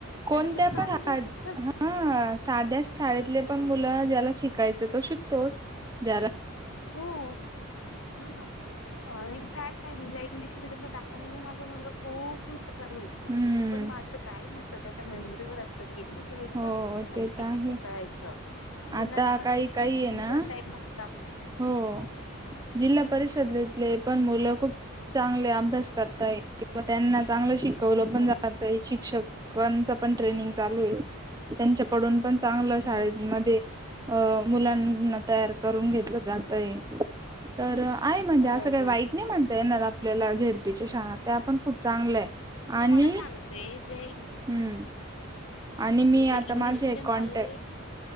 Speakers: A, on the right; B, on the left.
A: कोणत्या
B: त्यांचं तर झालंच
A: पण,
B: ना शिक्षण
A: हा
B: पण
A: साध्या शाळेतले
B: हां,
A: पण मुलं ज्याला शिकायचं तो शिकतो. तोच ज
B: हो, हा इम्पॅक्ट घ इंगलिश मिडीयम टाकलं म्हणे माझा मुलगा खूप हुशार आहे नार होईल,
A: हम्म
B: पण मग असं काही नसतं,, त्याच्या मेमरीवर असतं कितीऽऽ घ्यायचं,
A: हो
B: आणि
A: ते
B: कितीस
A: तर आहे
B: उटा यायचं. मुलांमध्ये
A: आता काही
B: पण
A: काही
B: तीन,
A: आहे ना
B: चार टाईप असतात.
A: हो,
B: हं हं
A: जिल्हा परिषदेतले पण मुलं खूप चांगले अभ्यास करतात. वा त्यांना चांगलं शिकवलं
B: हो
A: पण जात आहे, शिक्षकांच पण ट्रेनिंग चालू आहे, त्यांच्याकडून पण चांगलं
B: हो
A: शाळेमध्ये अं मुलांना तयार करून घेतलं जातय. तर आहे म्हणजे,
B: हो
A: असं काही
B: मुल-
A: वाईट नाही म्हणत येणार,, आपल्याला, झेडपीच्या शाळा, त्या आपण खूप चांगल्या आहे, आणि
B: मला सांगते ज्या
A: हम्म आणि मी
B: जे
A: आता
B: इंग्लिश
A: माझे
B: मीडियम
A: कॉन्टॅक्ट
B: वाले